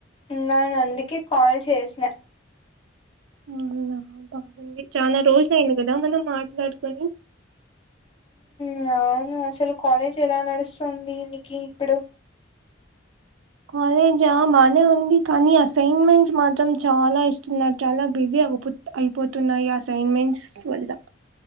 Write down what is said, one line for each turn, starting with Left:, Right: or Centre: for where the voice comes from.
Left: ఉన్నాన్ అందుకే కాల్ చేస్న
Right: అవునా బాగుంది. చానా రోజులైంది కదా మనం మాట్లాడుకొని
Left: మ్ అవును అసల్ కాలేజ్ ఎలా నడుస్తుంది నికి ఇప్పుడు
Right: కాలేజా బానే ఉంది కానీ అసైన్మెంట్స్ మాత్రం చాలా ఇస్తున్నార్ చాలా బిజి అయిపోతున్నాయి అసైన్మెంట్స్ వల్ల